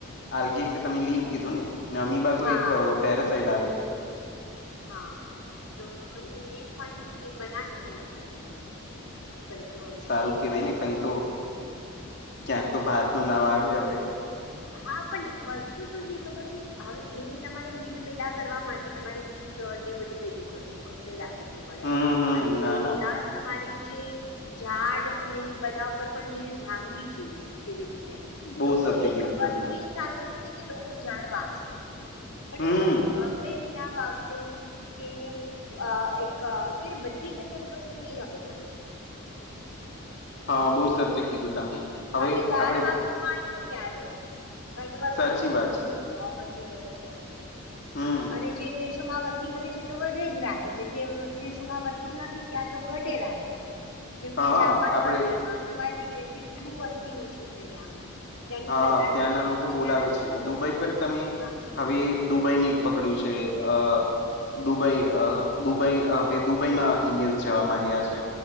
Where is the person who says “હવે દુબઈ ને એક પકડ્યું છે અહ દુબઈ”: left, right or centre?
Left